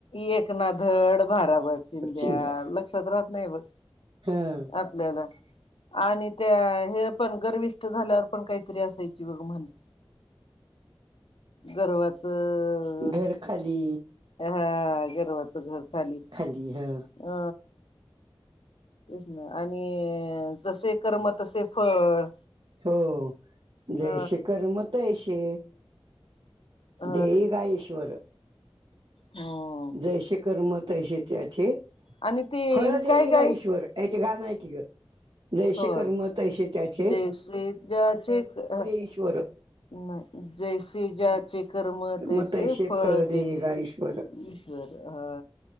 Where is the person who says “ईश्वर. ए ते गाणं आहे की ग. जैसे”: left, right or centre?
Right